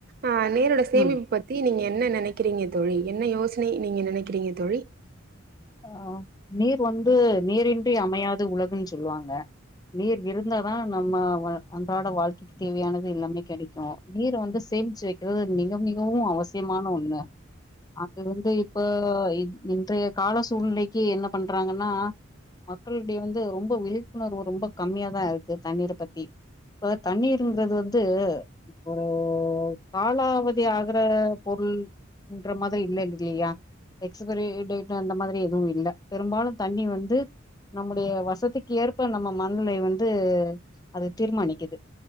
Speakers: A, on the right (about 45°); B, on the left (about 20°).
A: அ நீரோட சேமிப்பு
B: ம்
A: பத் தி நீங்க என்ன நெனைக்கிறீங்க தோழி என்ன யோசனை நீங்க நெனைக்கிறீங்க தோழி
B: அ நீர் வந்து நீரின்றி அமையாது உலகுன் சொல்வாங்க நீர் இருந்தாதா நம்ம வ அன்றாட வாழ்க்கைக்கு தேவையானது எல்லாமே கெடைக்கு நீர வந்து சேம்ச்சு வைக்கிறது மிக மிகவு அவசியமான ஒன்னு அது வந்து இப்ப இன் இன்றைய கால சூழ்நிலைக்கு என்ன பண்றாங்கனா மக்களிடைய வந்து ரொம்ப விழிப்புணர்வு ரொம்ப கம்மியா தா இருக்கு தண்ணீர பத்தி இப்ப தண்ணீருங்றது வந்து இப்போ காலாவதி ஆகுற பொருள் ன்ற மாதிரி இல்ல இன்னிக்லியா எக்ஸுபரி டேட் டு அந்த மாதிரி எதுவு இல்ல பெரும்பாலு தண்ணி வந்து நம்முடைய வசதிக்கு ஏற்ப நம்ம மணநிலை வந்து அத தீர்மானிக்குது